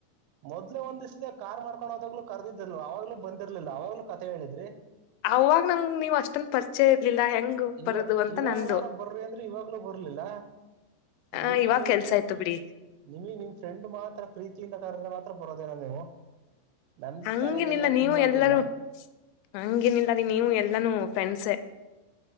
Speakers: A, on the right; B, on the left.
A: ಮೊದ್ಲೆ ಒಂದ್ ಇಸ್ಟ ಕಾರ್ ಮಾಡ್ಕೊಂಡ್ದಾಗ್ಲು ಕರ್ದಿದ್ಲ್ಲು ಅವವಾಗ್ಲುೂ ಬಂದಿರ್ಲಿಲ್ಲ ಅವವಾಗ್ಲುೂ ಕತೆ ಹೇಳಿದ್ರಿ
B: ಅವಾಗ ನಂಗ್ ನೀವ್ ಅಷ್ಟೊಂದು ಪರಿಚಯ ಇರ್ಲಿಲ್ಲ ಹೆಂಗ್
A: ಇವ
B: ಬರದು ಅಂತ
A: ಇವಾಗ್ಲಾರ
B: ನಂದು
A: ಬರ್ರಿ ಅಂದ್ರೆ ಇವಾಗ್ಲೂ ಬರ್ಲಿಲ್ಲ
B: ಆ
A: ನಿಮಗ
B: ಇವಾಗ
A: ನಿನ್
B: ಕೆಲ್ಸ
A: ಫ್ರ
B: ಆಯ್ತು ಬಿಡಿ
A: ನಿಮ ನಿನ್ ಫ್ರೆಂಡ್ ಮಾತ್ರ ಪ್ರೀತಿಯಿಂದ ಕಾರದ್ರೆ ಮಾತ್ರ ಬರೋದೇನ ನೀವು ನಮ್
B: ಹಂಗೇನಿಲ್ಲ
A: ಕರೆಗೆಲ್ಲ
B: ನೀವು
A: ಕಿಮ್ಮತ್ತಿಲ್ಲ
B: ಎಲ್ಲರೂ ಹಂಗೇನಿಲ್ಲ ಅದ ನೀವು ಎಲ್ಲಾನೂ ಫ್ರೆಂಡ್ಸೆ